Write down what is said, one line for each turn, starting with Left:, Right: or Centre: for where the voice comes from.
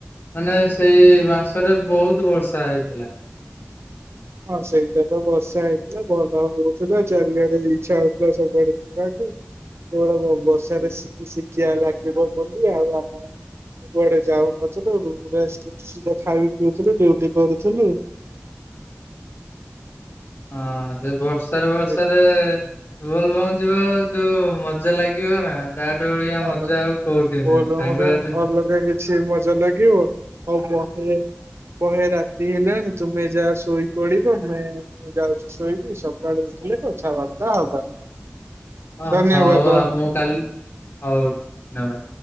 Left: ମାନେ ସେଇ ମାସରେ ବହୁତ ବର୍ଷା ହେଇଥିଲା।
Right: ହଁ, ସେଇଟା ତ ବର୍ଷା ହେଇଥିଲା, <inaudible> ହଉଥିଲା, ଚାରିଆଡେ ଇଚ୍ଛା ହଉଥିଲା ସବୁଆଡେ ଯିବାକୁ। ବେଳେ ବେଳେ ବର୍ଷାରେ ଶିଖି ଶିଖିବା ଲାଗିବ ବୋଲି ଆଉ ଆମେ କୁଆଡେ ଯାଉନଥିଲୁ, ରୁମରେ <inaudible> ସିଧା ଖାଇ ପିଉଥିଲୁ ଡିଉଟି କରୁଥିଲୁ।
Left: ହଁ, ବର୍ଷାରେ ବର୍ଷାରେ
Right: ସେଠି
Left: ବୋଲ ବୋମ୍ ଜିବାକୁ ମଜା ଲାଗିବ ନା। ତାଠୁ ଭଳିଆ
Right: ଅଲଗା
Left: ମଜା ଆଉ କୋଉଠି
Right: ବୋଲବମରେ
Left: ନାହିଁ, ସାଙ୍ଗ ସାଥି।
Right: ଅଲଗା କିଛି ମଜା ଲାଗିବ, ଆଉ ବେ କହେ ରାତି ହେଲେ, ତୁମେ ଯାହା ଶୋଇପଡିବ, ମୁ ମୁଁ ଯାଉଛି ଶୋଇବି ସକାଳୁ ଉଠିଲେ କଥାବାର୍ତ୍ତା ହବା।
Left: ଅ
Right: ଧନ୍ୟବାଦ।
Left: ହଉ ଆଉ ମୁଁ କାଲି ହଉ ଧନ୍ୟବାଦ।